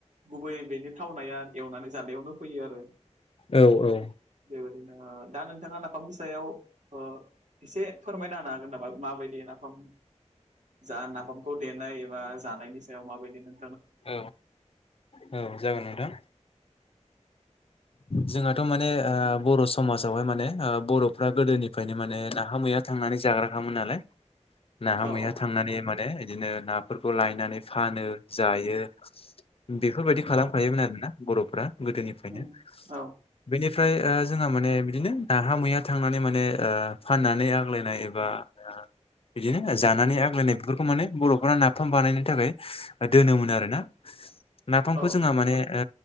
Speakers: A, on the right; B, on the left.
A: गुबै बेनि थावनाया एवनानै जानायावनो फैयो आरो
B: औ औ
A: ओरैनो दा नों नोंथाङा नाफामनि सायाव ओ एसे फोरमायना होनो हागोन नामा माबायदि नाफाम जा नाफामखौ देनाय एबा जानायनि सायाव माबायदि नों
B: औ औ औ जागोन नोंथां जोंहाथ' माने आ बर' समाजावहाय आ माने बर'फ्रा गोदोनिफ्रायनो माने नाफाम हैया थांनानै जाग्राखामोन नालाय नाहा
A: औ
B: मैहा थांनानै माने बिदिनो नाफोरखौ लायनानै फानो। जायो बेफोरबायदि खालामखायोमोन
A: औ
B: आरोना बर'फ्रा गोदोनिफ्रायनो
A: उम औ
B: बेनि फ्राय आ जोंहा माने बिदिनो नाफाम मैया थांनानै माने आ फाननानै आग्लायनाय एबा बिदिनो जानानै आग्लायनाय बेफोरखौ माने बर'फोरा नाफाम बानायनो थाखाय दोनोमोन आरो ना नाफामखौ
A: औ
B: जोंहा माने ओ